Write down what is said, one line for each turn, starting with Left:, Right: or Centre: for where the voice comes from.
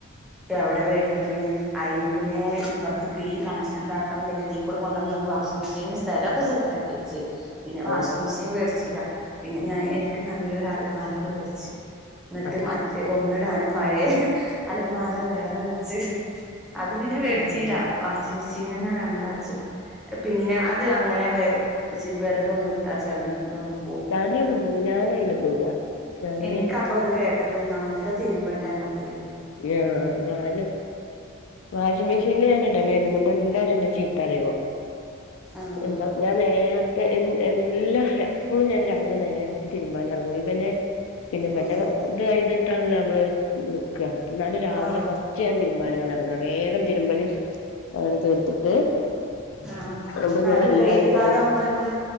Centre: എവടെ മേടിക്കണ് അയ്ന് പിന്നെ ഇപ്പറത്ത്ക്ക് ഈ കണക്ഷൻ ന്താ ഞാ പിന്നെതീ കൂടെ കൊണ്ടന്നന്ന വാഷിംഗ് മെഷീൻന് സ്ഥലൊക്കെ സെറ്റക്കി വെച്ച് പിന്നെ വാഷിംഗ്
Left: ഏഹ്
Centre: മെഷീൻ മേടിച്ചില്ല പിന്നെ ഞാൻ
Left: അത്
Centre: എനിക്ക് നല്ലൊരു അലമാരണ്ട് മേടിച്ച് ന്നട്ട്
Left: അതാ
Centre: മറ്റേ ഒന്നിടാന് പഴേ അലമാര വേറെ വെച്ച് അത് പിന്നെ മേടിച്ചീല്ല
Left: ഉം
Centre: വാഷിംഗ് മെഷീൻ തന്നെ വേണ്ടച്ചു പിന്നെ അത് അങ്ങനെ വ ചി വെറുതൊന്നും ഇട്ടാ ചളി തൊന്നും
Left: ചാലി അതിനൊന്നും പോവു ല ഞാനേ
Centre: എനിക്കപ്പൊ അത് കേട്ടപ്പോ ന്നല്ല തിരുമ്പണ്ടേ അമ്മക്ക്
Left: ഏർ ഞാന് വാഷിംഗ് മെഷീനിൽ ഞാൻ ഇടല്ലേന്നി ന്നെട്ടേല്ലാരും ന്നെ ചീത്തറിയോ
Centre: ആഹ്
Left: എന്താ ഞാൻ നേർത്തെ എ‌ എല്ലാ എപ്പോഴും ഞാൻ രാവിലെ നേര്ത്തെ തി ര്മ്പാനെറങ്ങും ഇവനെ പിന്നെ ഇബന്റെ
Centre: ഉം
Left: ഇത് കഴിഞ്ഞിട്ടാണല്ലോ നമ്മള് നിക്കുക എന്നാലും രാവിലെ
Centre: ആഹ്
Left: ഫ ഉച്ചയാവും തിരുമ്പാന് അങ്ങോട്ട്‌ ഇറങ്ങുക വേഗം തിരുമ്പല് അങ്ങനെ തീർത്തിട്ട്
Centre: ആഹ്
Left: അപ്പൊ
Centre: എന്നാലും
Left: എന്നോട് എല്ലാരും
Centre: വെയില് കാലാവുമ്പോള്
Left: പറയും
Centre: നമ്മള്